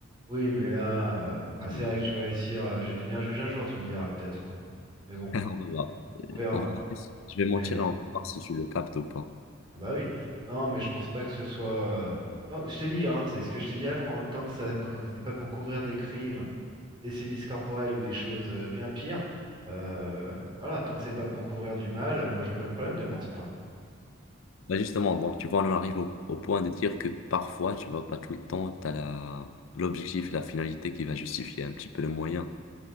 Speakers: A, on the right; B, on the left.
A: Oui, mais là, euh, bah,
B: <laughs>
A: c'est vrai que je vais réussir, euh, je vais devenir juge un jour, tu me diras peut-être, hein. Mais bon,
B: On va voir.
A: on verra.
B: On va voir. Je vais mentir
A: Mais
B: et on va voir si tu le captes ou pas.
A: Ah bah oui. Non, mais je pense pas que ce soit. euh, tant- Je t'ai dit, hein, c'est ce que je t'ai dit avant, hein, tant que ça, cou- c'est pas pour couvrir des crimes, des sévices corporels ou des choses euh, bien pires, euh, voilà, tant que c'est pas pour couvrir du mal, euh, moi je vois pas le problème de mentir. hein.
B: Bah, justement, donc tu vois, on en arrive au, au point de dire que parfois, tu vois, pas tout le temps, tu as la, l'objectif et la finalité qui va justifier un petit peu le moyen.